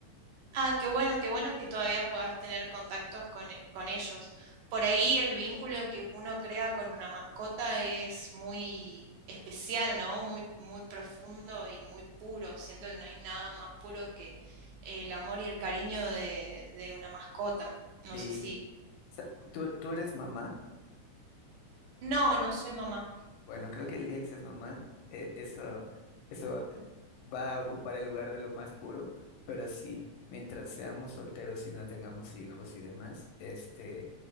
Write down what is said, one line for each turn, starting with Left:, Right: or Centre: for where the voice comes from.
Right: Ah, qué bueno, qué bueno que todavía puedas tener contactos con, e- con ellos. Por ahí el vínculo que uno crea con una mascota es muy especial, ¿no? Muy, muy profundo y muy puro. Siento que no hay nada más puro que el amor y el cariño de, de una mascota. No
Left: Sí.
Right: sé si...
Left: Sa- ¿Tú, tú eres mamá?
Right: No, no soy mamá.
Left: Bueno, creo que el día que seas mamá, eh, eso, eso va a ocupar el lugar de lo más puro, pero sí, mientras seamos solteros y no tengamos hijos y demás, este,